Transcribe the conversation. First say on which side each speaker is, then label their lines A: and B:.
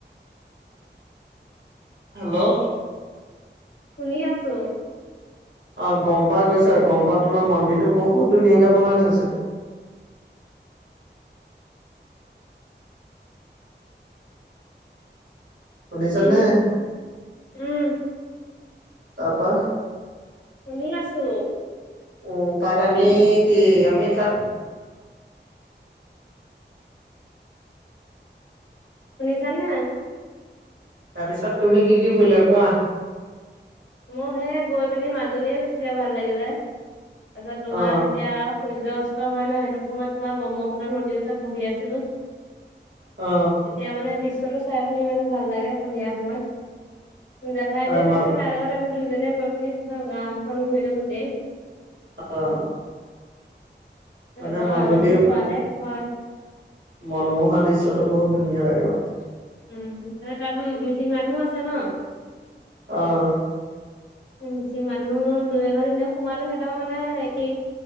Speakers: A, on the right; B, on the left.
A: হেল্ল'
B: শুনি আছো।
A: অ গম পাই গৈছা? গম্পা তোমাৰ মন্দিৰটো বহুত ধুনীয়াকে বনাই থৈছে।
B: <unintelligible>
A: শুনিছা
B: উম
A: নে?
B: উম
A: তাৰপা
B: শুনি আছো।
A: উম তাত আমি কি, আমি তাত
B: শুনিছানে?
A: তাৰপিছত তুমি কি কি ফুৰিলা কোৱা?
B: মই সে গৈ পিনি মাজুলীয়ে বেছি ভাল লাগিলে। তাৰ পিছত তোমাৰ
A: অ
B: যেতিয়া সূৰ্যত হয় ন সেইটো সময়ত তোমাৰ ব্ৰহ্মপুত্ৰ নদীৰ ওচৰত বহি আছিলো।
A: অ
B: তেতিয়া মানে দৃশ্যটো চাই পি ইমান ভাল লাগে সন্ধিয়া সময়ত। জেঠাই
A: আৰু
B: জেক
A: মা
B: আছে তাৰ আগত আমি দুজনে গৈ পিনি ধ গাওখন ঘূৰিলো গোতেই,
A: অ মানে
B: আকৌ
A: মাজুলী
B: আলহীক খোৱালে। হয়।
A: মনোমোহা দৃশ্যটো বহুত ধুনীয়া লাগে মানে।
B: উম তাত মিচিং মানুহো আছে ন,
A: অঁ
B: মিচিং মানুহ দুই এঘৰত এনে সোমালো সিহঁতৰ মানে হেৰি